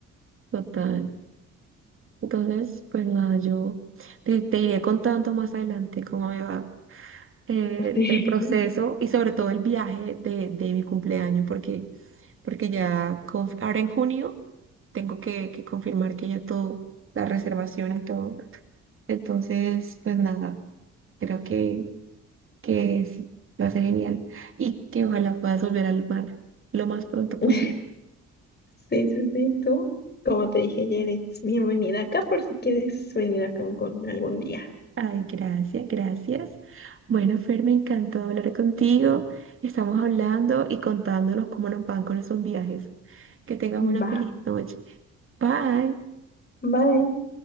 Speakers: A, on the right (about 45°); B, on the left (about 35°).
A: Total. Entonces, pues nada, yo te, te iré contando más adelante cómo me va eh,
B: Sí,
A: el proceso y sobre todo el viaje de, de mi cumpleaños, porque, porque ya conf- ahora en junio tengo que, que confirmar que ya todo, la reservación y todo. Entonces, pues nada, creo que que sí, va a ser genial y que ojalá puedas volver al mar lo más pronto
B: <laughs>
A: posible.
B: sí, sí, sí, tú. Como te dije ya eres bienvenida acá por si quieres venir a Cancún algún día.
A: Ay, gracias, gracias. Bueno, Fer, me encantó hablar contigo. Estamos hablando y contándonos cómo nos van con esos viajes. Que tengas una
B: Va,
A: feliz noche. Bye.
B: bye.